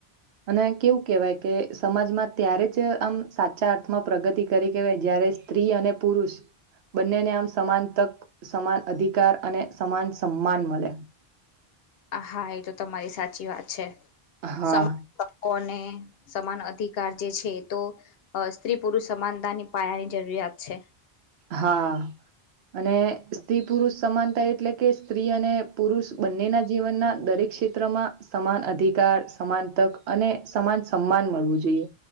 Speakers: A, on the right (about 80°); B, on the left (about 75°).
A: અને કેવું કેવાય કે સમાજમાં ત્યારે જ આમ સાચા થમાં પ્રગતિ કરી કેવાય જ્યારે સ્ત્રી અને પુરુષ બંનેને આમ સમાન તક સમાન અધિકાર અને સમાન સન્માન મલે <inaudible>
B: હા એ તો તમારી સાચી વાત છે
A: હા
B: <inaudible> સમાન અધિકાર જે છે તો સ્ત્રી-પુરુષ સમાનતાની પાયાની જરૂરિયાત છે
A: હા અને સ્ત્રી પુરુષ સમાનતા એટલે કે સ્ત્રી અને પુરુષ બંનેના જીવનના દરે ક્ષેત્રમાં સમાન અધિકાર સમાન તક અને સમાન સન્માન મળવું જોઈએ.